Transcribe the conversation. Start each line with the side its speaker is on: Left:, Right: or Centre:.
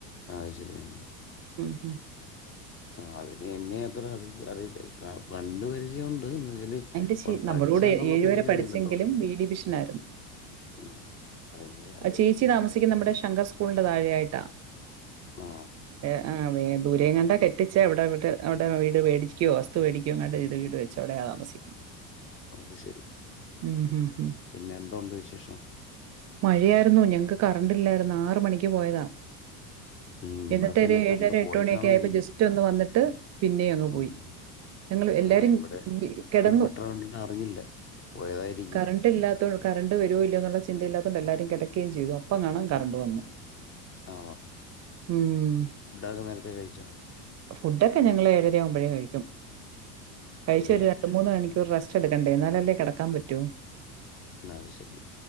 Left: അത് ശരിയാ
Right: <inaudible>
Left: ആ അതിന് എന്നെ അത്ര അ അറിയത്തില്ല അ കണ്ട് പരിചയം ഉണ്ട് എന്ന്. വെച്ചാല്
Right: <unintelligible>
Left: അവിടെ
Right: നമ്മടെ
Left: പഠിച്ചാന്നുള്ള
Right: കൂടെ ഏഴ്
Left: പരിചയമൊന്നും
Right: വരെ പഠിച്ചെങ്കിലും
Left: ഇല്ലെന്ന് തോന്നുന്നു
Right: ബി ഡിവിഷൻ ആയിര്ന്ന്.
Left: ഉം. അതെനിക്ക് അതെ
Right: ചേച്ചി താമസിക്ക്ന്ന നമ്മടെ ശങ്കർ സ്കൂളിന്റെ താഴൊയായിട്ടാ
Left: ആ
Right: ഏ ആ <unintelligible> ദൂരെയങ്ങണ്ടാ കെട്ടിച്ച അവിടെവിടെവിടെ വീട് മേടികുയോ വസ്തു വേടിക്കയോ ആണ്ട് വീട് വെച്ച് അവിടെയാ താമസിക്കുന്നത്
Left: അത് ശരി
Right: ഉം ഉം ഉം.
Left: പിന്നെ എന്തുണ്ട് വിശേഷം
Right: മഴയായിരുന്നു ഞങ്ങക്ക് കറന്റ് ഇല്ലായിര്ന്ന് ആറ് മണിക്ക് പോയതാ
Left: ഉം, ഇവിടൊക്കെ
Right: എന്നിട്ട്
Left: തന്നെ കറണ്ട്
Right: ഏഴര എട്ട്
Left: പോയി
Right: മണിയൊക്കെ
Left: കാണുമായിരിക്കും
Right: ആയപ്പോ ജസ്റ്റ് ഒന്ന് വന്നിട്ട് പിന്നെയങ്ങ്
Left: ഉം.
Right: പോയി ഞങ്ങൾ എല്ലാരും
Left: ആ ഇവിടെ
Right: കി കിടന്നു
Left: ഇൻവെർട്ടർ കണ്ടിട്ട് അറിഞ്ഞില്ല പോയതായിരിക്കും
Right: കറണ്ട് ഇല്ലാത്ത കറണ്ട് വരുല്ലോ എന്ന ചിന്തയിലാ. അത്കൊണ്ട് എല്ലാരും കിടക്കകയും ചെയ്തു അപ്പം കാണാ കറണ്ട് വന്നു
Left: താ
Right: ഉം
Left: ഫുഡൊക്കെ നേരത്തെ കഴിച്ചോ
Right: ഫുഡൊക്കെ ഞങ്ങളേഴരയാവുമ്പോഴേ കഴിക്കും കഴിച്ച്
Left: വെരി
Right: ഒരു
Left: ഗുഡ്
Right: രണ്ട്‌ മൂന്ന് മണിക്കൂറ് റെസ് റ്റെടുക്കണ്ടേ എന്നാലല്ലേ കിടക്കാൻ പറ്റു
Left: എന്നാ അത് ശരി